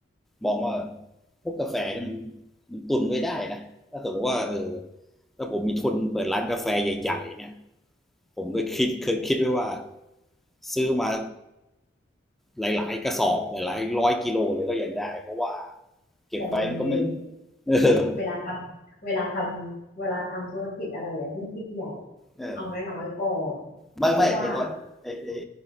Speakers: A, in the centre; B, on the left.
A: มองว่าพวกกาแฟมันมันตุนไว้ได้นะถ้าสมมติว่าเออถ้าผมมีทุนเปิดร้านกาแฟใหญ่ๆเนี่ยผมเคยคิดเคยคิดไว้ว่าซื้อมา หลายๆกระสอบหลายร้อยกิโลเลยก็ยังได้เพราะว่าเก็บไว้มันก็ไม่
B: แต่เย็นเย็น
A: <laughs> เออ
B: เวลาทำเวลาทำเวลาทำธุรกิจอะไรอย่าเพิ่งคิดใหญ่
A: เออ
B: เอาน้อยๆก่อน
A: ไม่ไม่ไอตอนไอไอไอ้
B: เพราะว่า